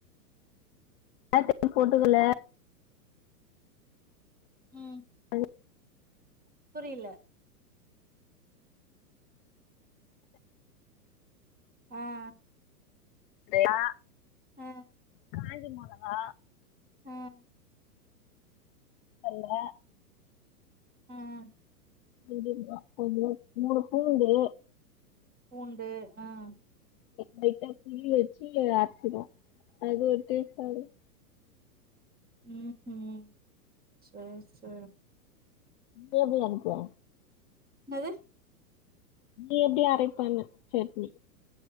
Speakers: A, on the left; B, on the right.
A: தேர் <inaudible> போட்டுக்கல
B: உம்
A: ஹலோ
B: இல்ல ஆஹ்
A: தியா <inaudible>
B: உம்
A: காஞ்ச மெளகா
B: உம்
A: கல்ல
B: உம்
A: ஒரு <unintelligible> மூணு பூண்டு
B: பூண்டு உம்
A: லைட்டா புளி வச்சு அச்சிருவோம் அது ஒரு டேஸ்டா இரு
B: உம் உம் சேரி சேரி
A: நீ எப்டிய அனுப்புவ
B: எனது
A: நீ எப்டி அரைப்பன்ன சட்னி